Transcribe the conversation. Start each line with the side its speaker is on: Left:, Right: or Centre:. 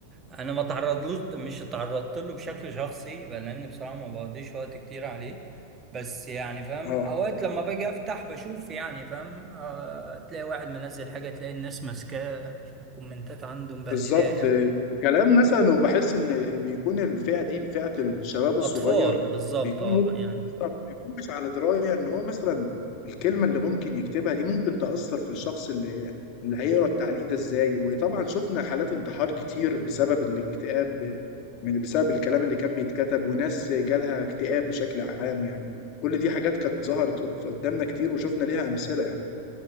Right: انا ما تعرضلوش مش اتعرضت له بشكل شخصي بقى لان بصراحه ما بقضيش وقت كتير عليه بس يعني فاهم
Left: اه
Right: اوقات لما باجي افتح بشوف يعني فاهم آه تلاقي واحد منزل حاجه تلاقي الناس ماسكاه في الكومنتات عنده مبهدلاه
Left: بالظبط
Right: يعني
Left: كلام مثلا وبحس ان بيكون الفئه دي فئه الشباب الصغير
Right: اطفال بالظبط
Left: بيكون
Right: اه
Left: هو
Right: يعني
Left: بالظبط بيكون مش على درايه ان هو مثلا الكلمه اللي ممكن يكتبها دي ممكن تاثر في الشخص اللي اللي هيقرا التعليق ده ازاي وطبعا شفنا حالات انتحار كتير بسبب الاكتئاب من بسبب الكلام اللي كان بيتكتب وناس جالها اكتئاب بشكل عام يعني كل دي حاجات كانت ظهرت قدامنا كتير وشفنا ليها امثله يعني